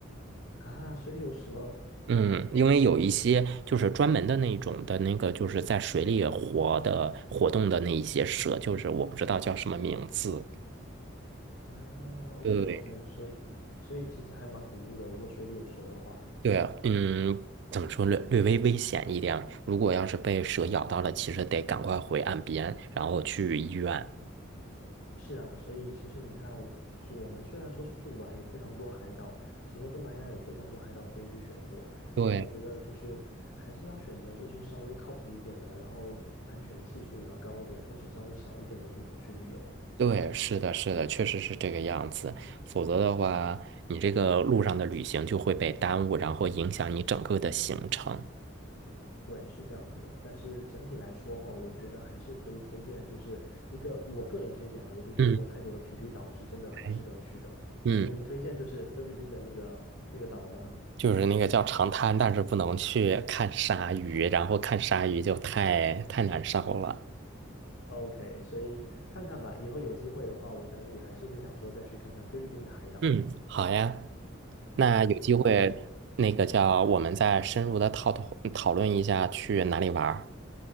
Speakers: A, on the left; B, on the right.
A: 啊，水里有蛇
B: 嗯，因为有一些就是专门的那种的那个，就是在水里活的活动的那一些蛇，就是我不知道叫什么名字。
A: 啊，OK
B: 对
A: OK，所以所以其实还蛮恐怖的，如果水里有蛇的话。
B: 对啊，嗯，怎么说略略微危险一点。如果要是被蛇咬到了，其实得赶快回岸边，然后去医院。
A: 是啊，所以其实你看，就是我们虽然说出去玩有非常多海岛，整个东南亚有非常多海岛可以去选择，
B: 对
A: 但我觉得就是还是要选择就是稍微靠谱一点的，然后安全系数也要高一点，风险稍微小一点的地方去旅游。
B: 对，是的，是的，确实是这个样子。否则的话，你这个路上的旅行就会被耽误，然后影响你整个的行程。
A: 对，是这样子的。但是整体来说后，我觉得还是可以推荐，就是一个我个人推荐啊，我就觉得说泰国的皮皮岛是真的很值得去的。
B: 嗯，对嗯。
A: 所以你推荐就是菲律宾的那个那个岛吗？
B: 就是那个叫长滩，但是不能去看鲨鱼，然后看鲨鱼就太太难受了。
A: OK，所以看看吧，以后有机会的话，我可能也还是会想说再去看看菲律宾的海岛。
B: 嗯，好呀，那有机会那个叫我们再深入的讨讨论一下去哪里玩儿。
A: 好，没有问题，